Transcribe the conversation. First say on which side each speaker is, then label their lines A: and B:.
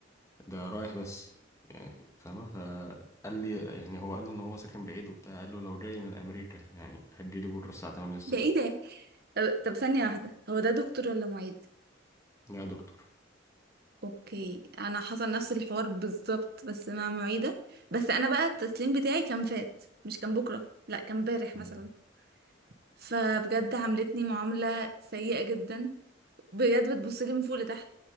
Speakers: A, on the left; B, on the right.
A: ده رايح بس يعني فاهمة فقال لي يعني هو قال له إن هو ساكن بعيد وبتاع قال له لو جاي من أمريكا يعني هدي لي بكرة الساعة 8 الصبح
B: ده ايه ده طب طب ثانية واحدة هو ده دكتور ولا معيد؟
A: لا يا دكتور
B: اوكي انا حصل نفس الحوار بالظبط بس مع معيدة بس انا بقى التسليم بتاعي كان فات مش كان بكرة لا كان امبارح
A: مم.
B: مثلا فبجد عاملتني معاملة سيئة جدا بجد بتبص لي من فوق لتحت